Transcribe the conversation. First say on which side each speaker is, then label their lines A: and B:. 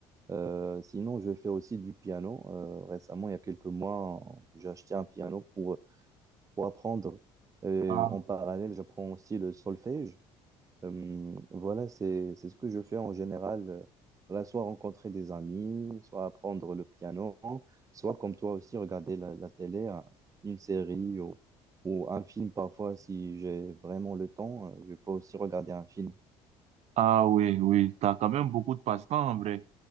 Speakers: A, on the right (about 25°); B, on the right (about 60°).
A: Euh, sinon, je fais aussi du piano. Euh, récemment, il y a quelques mois, j'ai acheté un piano pour, pour apprendre. Et
B: Ah
A: en parallèle, j'apprends aussi le solfège. Euh, voilà, c'est, c'est ce que je fais en général. euh, Voilà, soit rencontrer des amis, soit apprendre le piano, soit comme toi aussi, regarder la, la télé, un- une série ou, ou un film parfois si j'ai vraiment le temps. euh, Je peux aussi regarder un film.
B: Ah oui, oui, t'as quand même beaucoup de passe-temps en vrai.